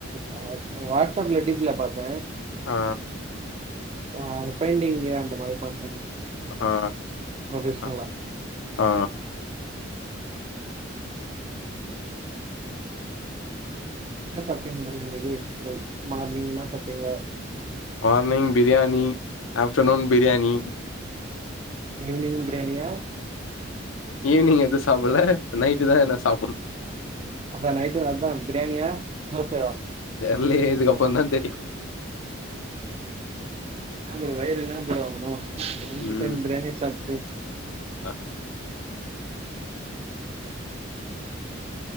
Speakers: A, on the right; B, on the left.
A: ஆ வாட்ஸப்ல டீ பில பாத்த
B: ஆ
A: ஆ பெயிண்டிங்கு அந்த மாரி பாத்த
B: ஆ
A: ப்ரொஃபஷ்னலா
B: ஆ ஆ
A: என்ன சாப்ட்டிங்க ப்ரோ இன்னக்கி மார்னிங் என்னா சாட்டிங்கோ
B: morning biryani afternoon biryani
A: evening பிரியாணியா
B: ஈவினிங் எது சாப்பல இப்ப நைட்டு தா எது சாப்பனு
A: அப்ப நைட்டு அதா பிரியாணியா தோசயா
B: தெர்லயே இதுக்கப்றந்தா தெரியு
A: ந ப்ரோ வயறு என்ன ப்ரோ ஆகு ரெண்டு
B: ம்
A: டைம் பிரியாணி சாப்ட்டு
B: அ